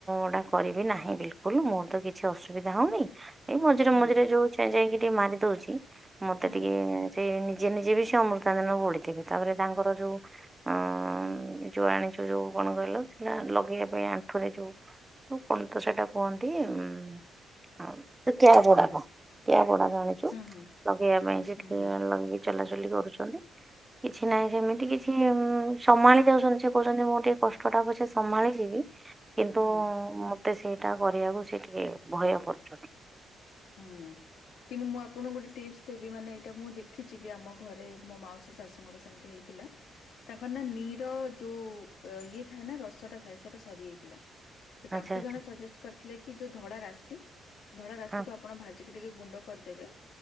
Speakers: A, on the right; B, on the left.
A: ଏଟା କରିବି ନାହିଁ ବିଲୁକୁଲୁ ମୋର ତ କିଛି ଅସୁବିଧା ହଉନେହିଁ। ଏଇ ମଝିରେ
B: ହୁଁ
A: ମଝିରେ ଯୋଉ ଛା ଯାଇକି ଟିକେ ମାରି ଦୋଉଚି ମତେ
B: ହୁଁ
A: ଟିକେ ସେଇ ନିଜେ ନିଯେ ବିି ସେ ଅମୃତାଞ୍ଜନ ବୋଳିଵେବି ତାପରେ ତାଙ୍କର ଯୋଉ ଅଁ ଯୋଉ ଆଣିଚୁ ଯୋଉ କଣ କହିଲ ଲଗେଇବା ପାଇଁ ଆଣ୍ଠୁରେ ଯୋଉ। ଯୋଉ କଣ ତ ସେଇଟା କୁହନ୍ତି? ଉଁ। ହଁ ଟ୍ୟାପ୍ ଗୁଡ଼ାକ ଟ୍ୟାପ୍ ଗୁଡାକ ଆଣିଚୁ।
B: ହୁଁ ହୁଁ।
A: ଲଗେଇବା ପାଇଁ ସେଠି
B: ହୁଁ ହୁଁ
A: ଲଗେଇକି ଚଲାଚଲି କରୁଛନ୍ତି। କିଛି ନାହିଁ ସେମିତି କିଛି ସମ୍ଭାଳି ଯାଉଛନ୍ତି ସେ କହୁଛନ୍ତି ମୁଁ ଟିକେ କଷ୍ଟଟା ପଛେ ସମ୍ଭାଳି ଯିବି କିନ୍ତୁ
B: ହୁଁ।
A: ମତେ ସେଇଟା କରିବାକୁ ସେ ଟିକେ ଭୟ କରୁଛନ୍ତି।
B: ହୁଁ। କିନ୍ତୁ ମୁଁ ଆପଣଙ୍କୁ ଗୋଟେ ଟିପ୍ସ ଦେବି ମାନେ ଏଇଟା ମୁଁ ଦେଖିଛିି କି ଆମ ଘରେ ମୋ ମାଉସୀ ଶାଶୁଙ୍କର ସେମିତି ହେଇି ଥିଲା। ତାଙ୍କର ନା ନିର ଯୋଉ ଇଏ ଥାଏ ନା ରସଟା ଥାଏ ସେଇଟା ସରିଯାଇଥିଲା। ତ ତାଙ୍କୁ
A: ଆଚ୍ଛା ଆଚ୍ଛା
B: ଜଣେ ସଜେଷ୍ଟ କରିଥିଲେ କି ଯୋଉ ଧଳା ରାଶି ଧଳା ରାଶି
A: ହଁ
B: ଆପଣ ଭାଜିକି ଟିକେ ଗୁଣ୍ଡ କରିଦେବେ